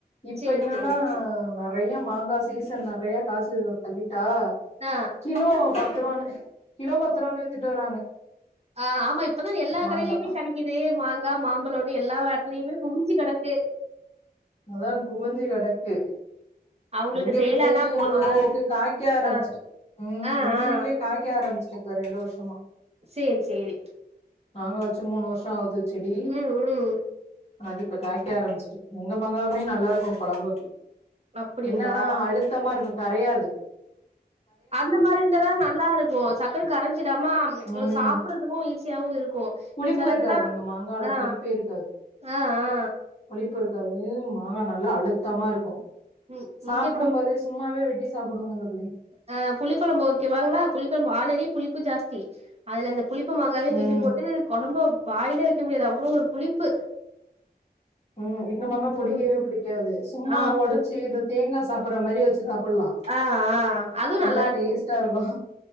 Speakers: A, on the left (about 40°); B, on the right (about 40°).
A: இப்ப
B: சேரி
A: என்னன்னா
B: சேரி
A: நிறயா மாங்காய் சீசன் நிறயா காசு இவ தள்ளிட்டா
B: ஆ
A: கிலோ பத்ரூவானு கிலோ பத்ரூவான்னு வித்துட்டு வராங்க
B: ஆ ஆமா இப் இப்பதான் எல்லா
A: மாங்கா
B: கடயிலயுமே கெடைக்கிது மாங்கா மாம்பழோனு எல்லா எடத்துலயுமே குவிஞ்சு கிடக்கு
A: அதா குவிஞ்சி கெடக்கு
B: அவங்களுக்கு
A: எங்க
B: சேல்
A: வீட்லயும்
B: ஆனா போதும்
A: மரம் இருக்கு காய்க்க ஆரம்பிச்சுட்
B: ஆ
A: ம்
B: ஆ
A: எங்க
B: ஆ
A: வீட்லயும் காய் க்க ஆரம்பிச்ட்டு இப்ப ரெண்டு வர்ஷமா
B: சேரி சேரி
A: நாங்க வச்சு மூணு வருஷோம் ஆவுது செடி
B: ம் ம்
A: அது இப்ப காய்க்க ஆரம்பிச்ட்டு எங்க மங்காவுமே நல்லாருக்கும் கொழம்புக்கு
B: அப்டிங்களா
A: என்னானா அழுத்தமாருக்கும் கரயாது
B: அந்த மாரி இருந்ததான் நல்லாருக்கும் சக்குனு கரஞ்சிடாம
A: ம்
B: அது சாப்டறதுக்கும் ஈஸியாவும் இருக்கும்
A: புளிப்பு
B: செலதெல்லா
A: இருக்காது எங்க மாங்கால
B: ஆ
A: புளிப்பே இருக்காது
B: ஆ ஆ
A: புளிப்பு இருக்காது மாங்கா நல்லா அழுத்தமா இருக்கு
B: ம்
A: சாப்டும்
B: இங்க
A: மோதே சும்மாவே வெட்டி சாப்புடுங்க எங்க பிள்ளைங்க
B: அ புளி கொழம்பு ஓகேவாங்ளா புளி கொழம்பு ஆல்ரெடி புளிப்பு ஜாஸ்தி அதுல இந்த ப் புளிப்பு மாங்காவே
A: ம்
B: தூக்கி போட்டு கொழம்ப வாயிலே வைக்க முடியாது அவ்ளோ ஒரு புளிப்பு
A: ம் எங்க மாங்கா புளிக்கவே
B: ம்
A: புளிக்காது சும்மா
B: ஆ அப்டி
A: ஒடச்சி இது தேங்கா சாப்ற மாரி வச்சு சாப்டலா
B: ஆ ஆ அதுவு
A: நல்லா
B: இருக்கு
A: டேஸ்டா இருக்கும்